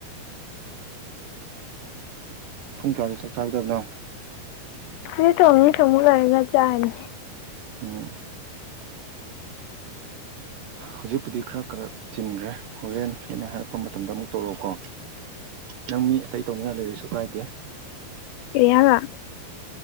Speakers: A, on the right; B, on the left.
A: ꯄꯨꯡ ꯀꯌꯥꯗ ꯆꯠ ꯆꯥꯒꯗꯕꯅꯣ
B: <unintelligible> ꯆꯥꯅꯤ
A: ꯎꯝ ꯍꯧꯖꯤꯛꯄꯨꯗꯤ ꯈꯔ ꯈꯔꯛ ꯆꯤꯟꯈ꯭ꯔꯦ ꯍꯣꯔꯦꯟ ꯑꯩꯅ ꯍꯥꯏꯔꯛꯄ ꯃꯇꯝꯗ ꯑꯃꯨꯛ ꯇꯧꯔꯛꯑꯣꯀꯣ ꯅꯪ ꯃꯤ ꯑꯇꯩ ꯇꯧꯅꯤꯡꯉꯥꯏ ꯂꯩꯔꯁꯨ ꯀꯥꯏꯗꯦ
B: ꯀꯩꯌꯥꯕ